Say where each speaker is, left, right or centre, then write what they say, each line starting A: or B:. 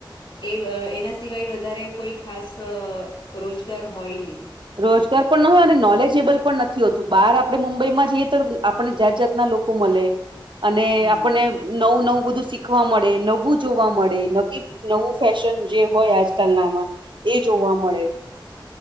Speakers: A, on the left; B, on the right.
A: એ એના સિવાય વધારે કોઈ ખાસ રોજગાર હોય ની
B: રોજગાર પણ ન હોય અને નોલેજેબલ પણ નથી હોતું બહાર આપડે મુંબઈમાં જઈએ તો આપણે જાત જાતના લો કો મલે અને
A: હમ
B: આપણને નવું નવું બધું શીખવા મળે નવું જોવા મળે નવી નવું ફેશન જે હોય આજકાલનામાં એ જોવા મળે